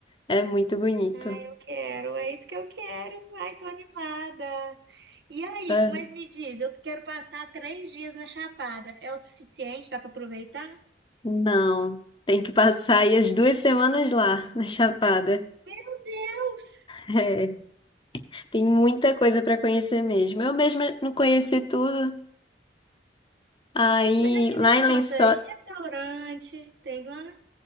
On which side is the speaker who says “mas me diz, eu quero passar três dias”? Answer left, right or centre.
Right